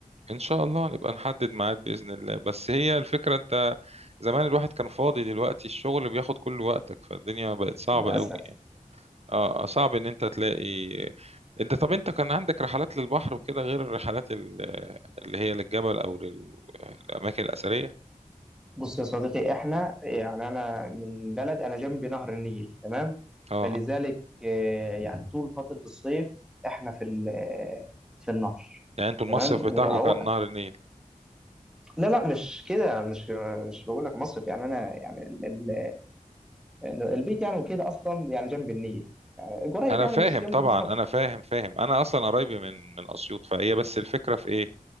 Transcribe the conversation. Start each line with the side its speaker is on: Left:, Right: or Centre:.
Right: إن شاء الله نبقى نحدد ميعاد بإذن الله بس هي الفكرة أنت زمان الواحد كان فاضي دلوقتي الشغل بياخد كل وقتك فالدنيا بقت صعبة
Centre: للأسف
Right: قوي يعني اه آه، صعب إن أنت تلاقي أنت طب أنت كان عندك رحلات للبحر وكده غير الرحلات ال- اللي هي للجبل أو للأماكن الأثرية؟
Centre: بص يا صديقي احنا يعني انا من بلد انا جنبي نهر النيل تمام
Right: اه
Centre: فلذلك آه، يعني طول فترة الصيف احنا في ال- آه، في النهر
Right: يعني انتوا المصيف
Centre: تمام وهو
Right: بتاعكم كان نهر النيل
Centre: لا لا مش كده مش مش بقول لك مصيف يعني انا يعني ال- ال- آه، البيت يعني وكده اصلا يعني جنب النيل يعني قريب
Right: انا
Centre: يعني
Right: فاهم
Centre: مش جنبه
Right: طبعا
Centre: بالظبط
Right: انا فاهم فاهم انا اصلا قرايبي من من اسيوط فهي بس الفكره في ايه